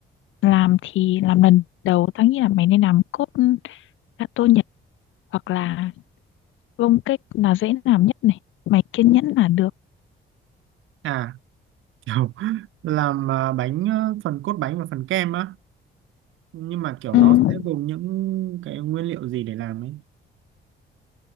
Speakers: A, on the left (about 80°); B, on the right (about 80°).
A: làm thì làm lần đầu tao nghĩ là mày nên làm cốt gato Nhật hoặc là bông cake là dễ làm nhất này mày kiên nhẫn là được
B: À, kiểu <laughs> làm à, bánh, à, phần cốt bánh và phần kem á, nhưng mà kiểu
A: Ừm,
B: nó sẽ gồm những cái nguyên liệu gì để làm ấy.